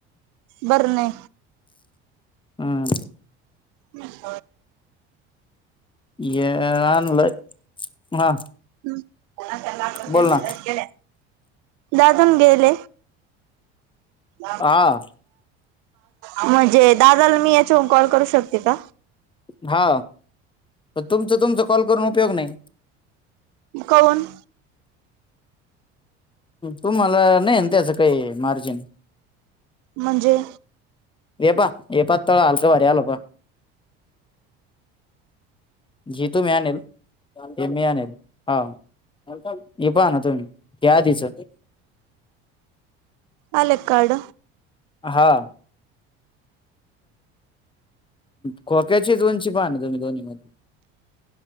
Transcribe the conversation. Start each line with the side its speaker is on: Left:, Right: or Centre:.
Right: बरणे
Left: हम्
Right: म स
Left: येलं हा
Right: हम <unintelligible>
Left: बोल
Right: झालं
Left: ना
Right: अजून गेले <unintelligible>
Left: हा
Right: म्हणजे दादाला मी याच्यावरून कॉल करू शकते का?
Left: हा तुमचं तुमच कॉल करून उपयोग नाही.
Right: काऊन
Left: तुम्हाला नाहीन त्याचं काही मार्जिन
Right: म्हणजे
Left: ए पा ए पा त हलकं भारी आल पहा जी तुम्ही आणील हे मी आणल हा हे पहा ना तुम्ही घ्या आधीच
Right: आले कार्ड
Left: हा. खोक्याचीच उंची पाहाना तुम्ही दोन्ही मधे